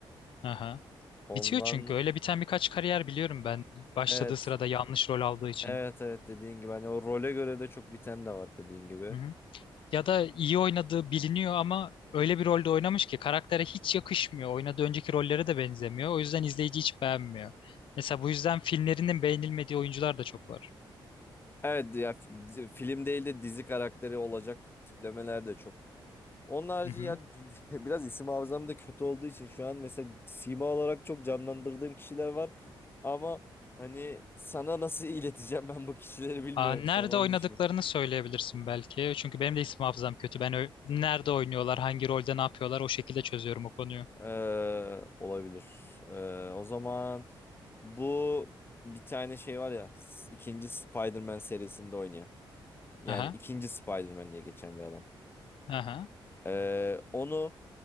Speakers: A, on the left (about 70°); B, on the left (about 25°).
A: Aha.
B: Ondan
A: Bitiyor çünkü. Öyle biten birkaç kariyer biliyorum ben. Başladığı
B: evet.
A: sırada yanlış rol aldığı için.
B: Evet evet dediğin gibi hani o role göre de çok biten de var dediğin gibi.
A: Hı hı. Ya da iyi oynadığı biliniyor ama öyle bir rolde oynamış ki karaktere hiç yakışmıyor. Oynadığı önceki rollere de benzemiyor. O yüzden izleyici hiç beğenmiyor. Mesela bu yüzden filmlerinin beğenilmediği oyuncular da çok var.
B: Evet ya fi- di- film değil de dizi karakteri olacak tiplemeler de çok. Onun harici
A: Hı hı.
B: ya <laughs> biraz isim hafızam da kötü olduğu için şu an mesela sima olarak çok canlandırdığım kişiler var. Ama hani sana nasıl <laughs> ileteceğim ben bu kişileri bilmiyorum
A: Aa, nerede
B: şu an onu
A: oynadıklarını
B: düşünüyorum.
A: söyleyebilirsin belki. Çünkü benim de isim hafızam kötü. Ben ö- nerede oynuyorlar, hangi rolde ne yapıyorlar o şekilde çözüyorum o konuyu.
B: Ee, olabilir. Ee, o zaman bu bir tane şey var ya s- ikinci Spider-Man serisinde oynayan. Yani
A: Aha,
B: ikinci Spider-Man diye geçen bir adam.
A: aha.
B: Ee, onu